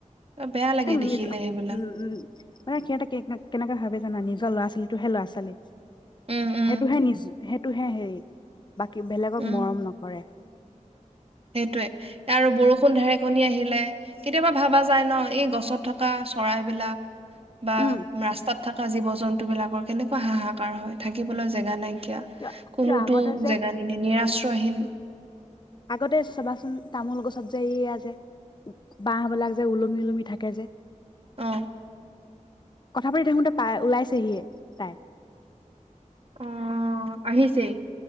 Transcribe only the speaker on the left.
নিজ
উম উম মানে খটা কে কেনেকা ভাবে জানা নিজৰ ল'ৰা ছোৱালীটোহে ল'ৰা ছোৱালী
সেইটোহে নিজ সেইটো টো হে হেৰি বাকী বেলেগক
মৰম নকৰে
উম
কিয়
কিয় আগতে যে
আগতে চবাচোন তামোল গছত যে এইয়া যে বাহবলাক যে ওলমি ওলমি থাকে যে
কথা পাতি থাকোঁততে পাই ওলাইছেহিয়ে তাই